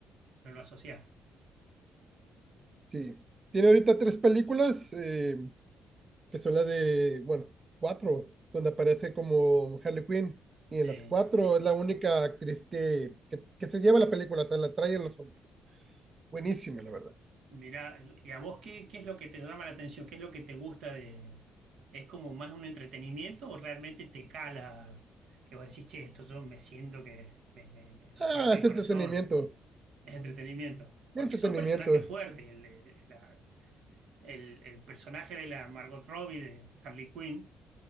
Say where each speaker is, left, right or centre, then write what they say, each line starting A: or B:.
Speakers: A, on the right; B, on the right.
A: no lo asociás?
B: Sí. Tiene ahorita tres películas, eh, que son las de, bueno, cuatro, donde aparece como Harley Quinn.
A: Sí,
B: Y en las cuatro es la única actriz que, que, que se lleva la película, o sea, la trae en los hombros. Buenísima, la verdad.
A: mira, ¿y a vos qué, qué es lo que te llama la atención? ¿Qué es lo que te gusta de... ¿Es como más un entretenimiento o realmente te cala que vos decís, che, esto yo me siento que me, me- me- me
B: Ah,
A: parte
B: es
A: el corazón?
B: entretenimiento.
A: Es entretenimiento. Porque
B: Entretenimiento.
A: son personajes fuertes. El, de- la- el- el personaje de la Margot Robbie, de Harley Quinn,